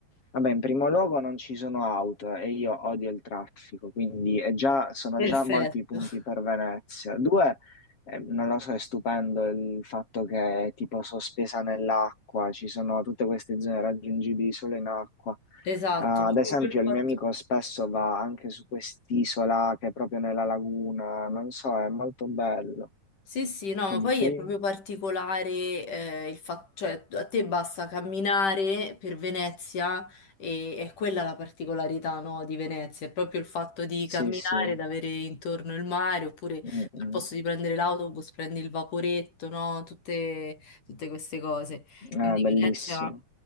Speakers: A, on the left; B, on the left.
A: vabbè, in primo luogo non ci sono auto e io odio il traffico, quindi è già- sono
B: Perfetto,
A: già molti i punti
B: <laughs>
A: per Venezia. Due, eh, non lo so, è stupendo il fatto che è tipo sospesa nell'acqua, ci sono tutte queste zone raggiungibili solo in acqua.
B: esatto,
A: Ah,
B: proprio
A: ad esempio,
B: quel fatto.
A: il mio amico spesso va anche su quest'isola che è proprio nella laguna, non so, è molto bello.
B: Sì, sì, no,
A: Che
B: ma
A: dicevi?
B: poi è proprio particolare, eh, il fatto, cioè a te basta camminare per Venezia e è quella la particolarità, no, di Venezia, è proprio il fatto di
A: Sì,
B: camminare,
A: sì,
B: ed avere intorno il mare, oppure
A: Mm, mm.
B: al posto di prendere l'autobus prendi il vaporetto, no, tutte, tutte queste cose.
A: È
B: Quindi
A: bellissimo.
B: Venezia,